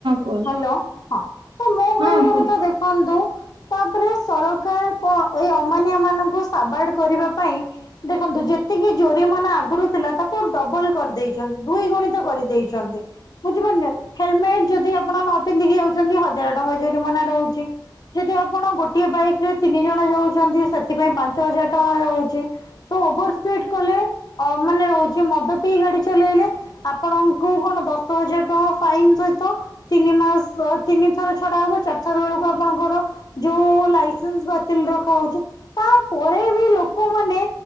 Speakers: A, on the right; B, on the left.
A: କୁହନ୍ତୁ।
B: ହ୍ୟାଲୋ ହଁ ତ ମୋ କହିବା
A: ହଁ କୁହ
B: କଥା ଦେଖନ୍ତୁ ତାପରେ ସରକାର କଣ ଏଇ ଅମାନିଆ ମାନଙ୍କୁ ସାବାଡ କରିବା ପାଇଁ ଦେଖନ୍ତୁ ଯେତିକି ଜୋରିମାନ ଆଗରୁ ଥିଲା ତାକୁ ଡବଲ କରିଦେଇଛନ୍ତି। ଦୁଇ ଗୁଣିତ କରିଦେଇଛନ୍ତି। ବୁଝିପରି ଲେ ହେଲମେଟ ଯୋ ଯଦି ଆପଣ ନ ପିନ୍ଧିକି ଯାଉଛନ୍ତି ହଜାର ଟଙ୍କା ଜୋରିମନା ରହୁଛି। ଯଦି ଆପଣ ଗୋଟିଏ ବାଇକ ରେ ତିନି ଜଣ ଯାଉଛନ୍ତି ସେଥିପାଇଁ ପାଞ୍ଚ ହଜାର ଟଙ୍କା ରହୁଛି। ତ ଓଭର ସ୍ପିଡ କଲେ ମାନେ ହୋଉଛି ମାନେ ମଦ ଗାଡି ଚଲେଇଲେ ଆପଣଙ୍କୁ କଣ ଦଶ ହଜାର ଟଙ୍କା ଫାଇନ୍ ସେ ତିନି ମାସ ତିନି ଥର ଛଡା ହବ ଚାରିଥର ବେଳକୁ ଆପଣଙ୍କର ଯୋଉ <unintelligible> ବା ରଖା ହଉଚି ତା ପରେ ବି ଲୋକମାନେ